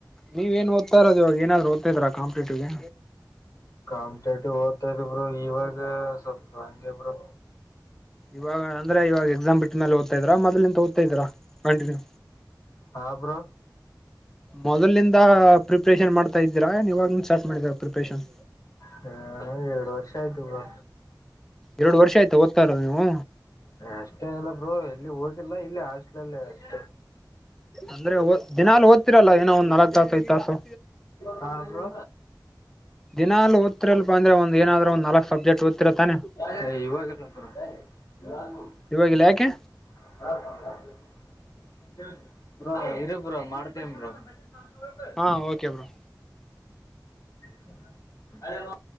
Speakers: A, in the centre; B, on the left.
A: ನೀವ ಎನ್ ಓದ್ತಾ ಇರೋದು ಇವಗ್ ಏನಾದ್ರೂ ಓದ್ತಾ ಇದೀರಾ ಕಾಂಪಿಟೇಟಿವ್. ಗೆ
B: ಕಾಮ್ಟೆಟಿವ್ ಓದತಾ ಇದ್ದ ಬ್ರೋ ಇವಾಗ ಸ್ವಲ್ಪ ಹಂಗೆ ಬ್ರೋ.
A: ಇವಾಗ ಅಂದ್ರೆ ಇವಾಗ ಎಕ್ಸಾಮ್ ಬಿಟ್ ಮೇಲೆ ಓದ್ತಾ ಇದ್ರ ಮೊದಲಿಂತ್ ಓದ್ತ ಇದೀರ ಕಂಟಿನ್ಯೂ
B: ಹಾ ಬ್ರೋ.
A: ಮೊದಲಿಂದ ಪ್ರಿಪ್ರೇಷನ್ ಮಾಡ್ತಾ ಇದ್ದೀರಾ ಎನ್ ಇವಗಿಂದ ಸ್ಟಾರ್ಟ್ ಮಾಡಿದೀರಾ ಪ್ರಿಪರೇಷನ್.
B: ಹ ಎರಡು ವರ್ಷ ಆಯ್ತ ಬ್ರೋ.
A: ಎರಡು ವರ್ಷ ಆಯ್ತಾ ಓದ್ತಾ ಇರೋದು ನೀವು.
B: ಏ ಅಷ್ಟೇನಿಲ್ಲ ಬ್ರೋ ಎಲ್ಲಿ ಹೋಗಿಲ್ಲ ಇಲ್ಲೆ ಹಾಸ್ಟೆಲ್ <unintelligible> ಅಷ್ಟೇ <unintelligible>
A: ಅಂದ್ರೆ ದಿನಾಲು ಓದ್ತಿರಲ್ಲ ಏನೋ ಒಂದ್ ನಾಲ್ಕ್ ತಾಸು ಐದ್ ತಾಸು
B: ಹಾ ಬ್ರೋ.
A: ದಿನಾಲು ಒತ್ರಿಲಪ ಅಂದ್ರೆ ಒಂದ ಏನಾದ್ರು ಒಂದು ನಾಲ್ಕ್ ಸಬ್ಜೆಟ್ ಓದತಿರತಾನೆ.
B: ಏ ಇವಾಗಿಲ್ಲ ಬ್ರೋ <unintelligible>
A: ಇವಾಗಿಲ್ಲ ಯಾಕೆ.
B: <unintelligible> ಬ್ರೋ ಇರು ಬ್ರೋ ಮಾಡ್ತೇನ್ ಬ್ರೋ <inaudible>
A: ಹಾ ಓಕೆ ಬ್ರೋ
B: <unintelligible>